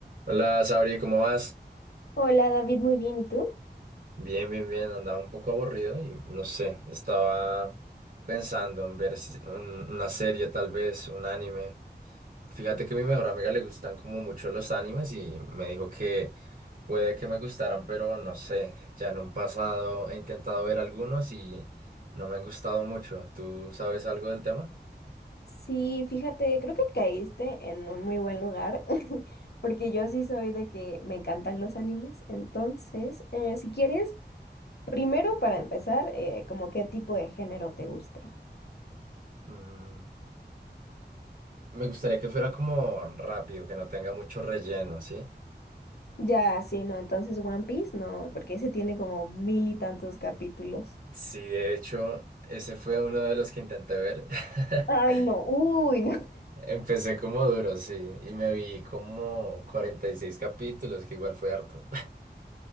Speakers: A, on the right; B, on the left.
A: Hola, Sabri, ¿cómo vas?
B: Hola David, muy bien, ¿y tú?
A: Bien, bien, bien. Andaba un poco aburrido y no sé, estaba pensando en ver si- un- una serie, tal vez, un anime. Fíjate que a mi mejor amiga le gustan como mucho los animes y me dijo que puede que me gustaran, pero no sé. Ya en un pasado he intentado ver algunos y no me han gustado mucho. ¿Tú sabes algo del tema?
B: Sí, fíjate, creo que caíste en un muy buen lugar, <laughs> porque yo sí soy de que me encantan los animes, entonces, eh, si quieres, primero para empezar, eh, como qué tipo de género te gusta.
A: Mm, me gustaría que fuera como rápido, que no tenga mucho relleno, ¿sí?
B: Ya, sí, no, entonces One Piece, no, porque ese tiene como mil y tantos capítulos.
A: Sí, de hecho, ese fue uno de los que intenté ver. <laughs>
B: Ay, no, uy, no. <laughs>
A: Empecé como duro, sí, y me vi como 46 capítulos, que igual fue harto.